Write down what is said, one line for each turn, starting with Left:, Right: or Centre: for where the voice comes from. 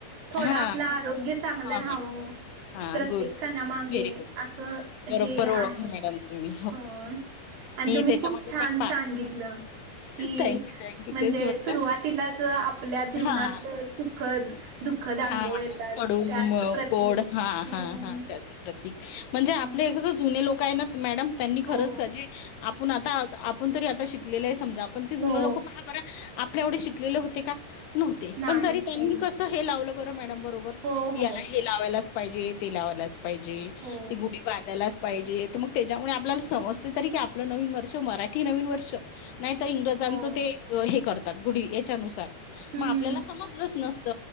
Right: थोड
Left: हा
Right: आपल आरोग्य चांगल
Left: हा
Right: राहाव
Left: मॅडम हा
Right: प्रत्येक
Left: गुड
Right: सणामागे
Left: गुड व्हेरी गुड
Right: अस
Left: बरोबर
Right: हे
Left: ओळखलं
Right: आहे.
Left: मॅडम तुम्ही
Right: हो आणि तुम्ही
Left: त्याच्यामध्ये
Right: खूप छान
Left: पण पहा
Right: सांगितल. की
Left: थँक्यू थँक्यू
Right: म्हणजे
Left: तेच म्हटलं
Right: सुरुवातीलाच आप आपल्या जीवनात
Left: हा
Right: सुखद दुःखद अनुभव
Left: हा
Right: येतात
Left: कडू
Right: त्याच प्रतीक
Left: गोड हा
Right: हम्म
Left: हा हा त्याच प्रतीक म्हणजे आपले
Right: हम्म
Left: कस जुने लोक आहे ना मॅडम त्यांनी खरच
Right: हो
Left: जे आपुण आता आपण तरी आता शिकलेल आहे समजा. पण ते जुने
Right: हो
Left: लोक पहा बर आपल्या एवढे शिकलेले होते का? न्हवते.
Right: नाहीच
Left: पण तरी त्यांनी
Right: की
Left: कस हे लावल बर मॅडम बरोबर
Right: हो
Left: याला
Right: हो
Left: हे हे लावायलाच पाहिजे. ते लावायलाच पाहिजे.
Right: हो
Left: ते गुढी बांधायलाच पाहिजे. तर मग त्याच्यामुळे आपल्याला समजते तरी की आपल नवीन वर्ष मराठी नवीन वर्ष नाही तर इंग्रजांचं
Right: हो
Left: ते हे करतात गुढी याच्यानुसार.
Right: हम्म
Left: मग आपल्याला समजलच नसत.